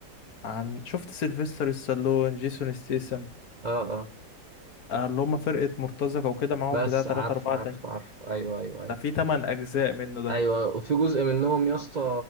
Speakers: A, on the left; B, on the right.
A: عن شفت سيلفستر ستالون جيسون ستيسم
B: اه اه
A: اللي هم فرقة مرتزقة وكده معاهم
B: بس
A: بتاع تلاتة
B: عارفه
A: أربعة
B: عارفه
A: تاني
B: عارفه أيوه أيوه أيوه
A: ده في تمن أجزاء منه ده
B: أيوه وفي جزء منهم يا اسطى